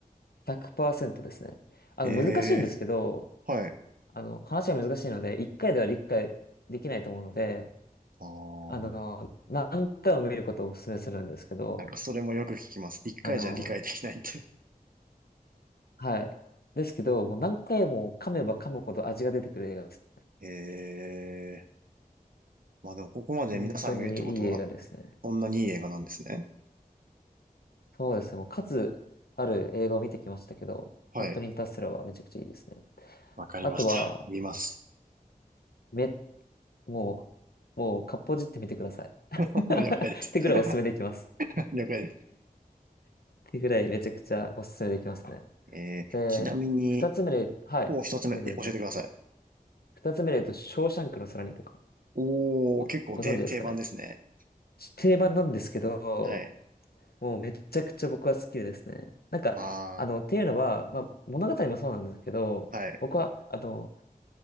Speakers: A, on the left; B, on the right.
A: 100%ですね。あの、
B: ええ
A: 難しいんですけど、
B: ー、はい。
A: あの、話が難しいので、1回では理解できないと思うので、
B: あ
A: あの、
B: ー、
A: 何回も見ることをお勧めするんですけど、
B: なんかそれもよく聞きます。一回じゃ理解できないって。
A: あの、はい。ですけど、もう何回も噛めば噛むほど味が出てくる映画です。
B: ええまあでもここまで皆さんが言うってことは、
A: 本当にいい映画ですね。
B: そんなにいい映画なんですね。
A: そうですね。もう数ある映画を見てきましたけど、
B: はい。
A: 本当にインターステラーはめちゃくちゃいいですね。
B: わかりました。
A: あとは、
B: 見ます。
A: め、もう、もう、かっぽじってみてください。<laughs>
B: <laughs> 了解です。
A: ってぐらいおすすめできます。
B: <laughs> 了解です。
A: ってぐらいめちゃくちゃおすすめできますね。
B: えー、
A: で、
B: ちなみに、
A: 二つ目で、はい、
B: もう一つ目、
A: 全然全然。
B: え教えてください。
A: 二つ目で言うと、ショーシャンクの空にとか、
B: おー、
A: ご、
B: 結構で、
A: ご存知ですかね。
B: 定番ですね。
A: 定番なんですけど、
B: はい。
A: もうめちゃくちゃ僕は好きでですね。なんか、
B: あ
A: あの、っていうのは、まあ、物語もそうなんですけど、
B: ー、はい。
A: 僕は、あの、